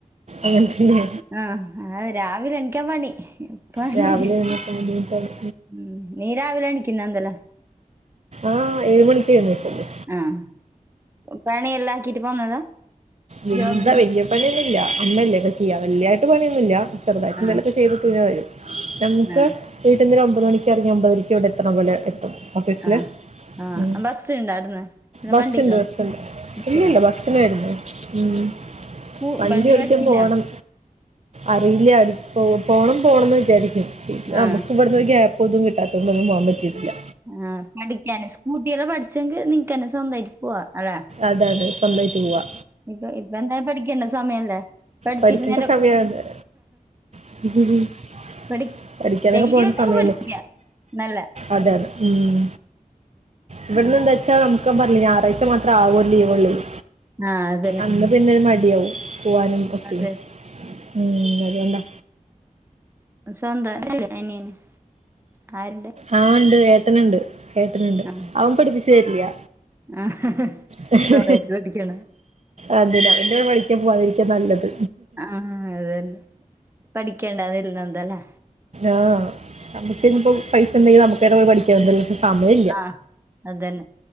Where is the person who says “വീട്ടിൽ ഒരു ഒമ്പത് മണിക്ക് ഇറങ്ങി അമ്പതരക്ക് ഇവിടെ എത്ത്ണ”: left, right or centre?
Right